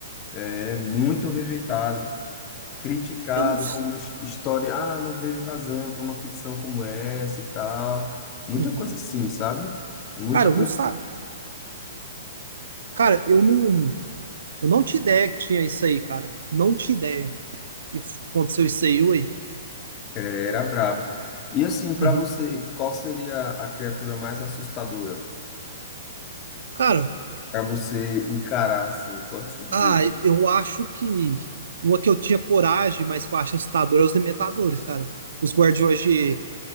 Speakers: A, on the left (about 20°); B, on the right (about 85°).
A: É muito rejeitado, criticado
B: Eu não. s-
A: como his- história. Ah, não vejo razão para uma ficção como essa e tal. Muita
B: Uhum.
A: coisa assim, sabe? Muita
B: Cara, eu
A: coisa.
B: não sa... Cara, eu não. Eu não tinha ideia que tinha isso aí, cara. Não tinha ideia. E f- aconteceu isso aí, ué.
A: É, Era braba. E assim, para
B: Uhum.
A: você, qual seria a criatura mais assustadora
B: Cara,
A: para você encarar, assim, pode-se dizer?
B: ah, eu acho que. Uma que eu tinha coragem, mas que eu acho assustador é os Dementadores, cara. Os guardiões de,